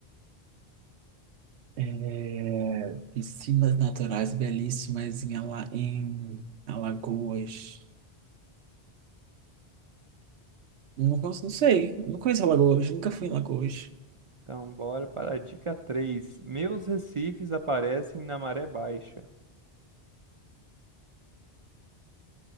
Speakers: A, on the right; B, on the right.
A: É, piscinas naturais belíssimas em, Ala, em Alagoas. Não, cons- não sei, eu não conheço Alagoas, nunca fui em Alagoas.
B: Então, bora para a dica 3. Meus recifes aparecem na maré baixa.